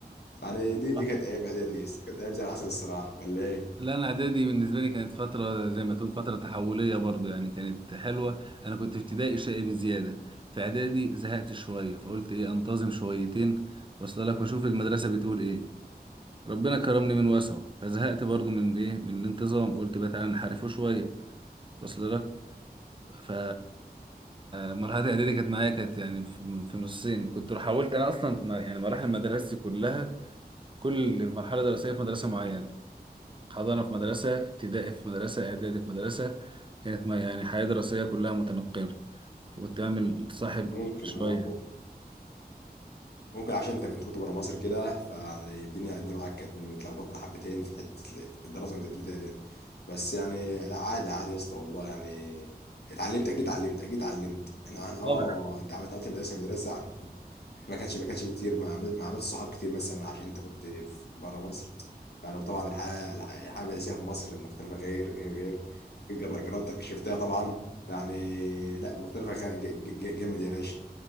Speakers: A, on the left; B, on the right.
A: يعني دي دي
B: آه.
A: كانت ايام اعدادي كانت ايام زي العسل الصراحه ولا ايه
B: لا انا اعدادي بالنسبه لي كانت فتره زي ما تقول فتره تحوليه برضو يعني كانت حلوه انا كنت في ابتدائي شقي بزياده في اعدادي زهقت شويه فقلت ايه انتظم شويتين واصل لك واشوف المدرسه بتقول ايه ربنا كرمني من وسعه فزهقت برضو من ايه من الانتظام قلت بقى تعالى نحرفه شويه وصل لك ف مرحله اعدادي كانت معايا كانت يعني في في نصين كنت حاولت انا اصلا ما- يعني مراحل مدرستي كلها كل مرحله دراسيه في مدرسه معينه حضانه في مدرسه ابتدائي في مدرسه اعدادي في مدرسه كانت ما يعني حياه دراسيه كلها متنقله فكنت بعمل صاحب
A: ممكن
B: كل شويه
A: اه ممكن عشان انت كنت كنت بره مصر كده فالدنيا الدنيا معاك كانت متلخبطه حبتين في حته الدراسه وانت بتبتدي دي بس يعني لا عادي عادي يا اسطى والله يعني اتعلمت اكيد اتعلمت اكيد اتعلمت انا انا اه
B: طبعا
A: انت عملت نقلت من مدرسه لمدرسه ما كانش ما كانش كتير ما عملت ما عملت صحاب كتير مثلا عشان انت كنت في- بره مصر فانا طبعا الحياه الحياه المدرسيه في مصر مختلفه غير غير غير جر- جربت شفتها طبعا يعني لا مختلفه خ- ج- ج- جامد يا باشا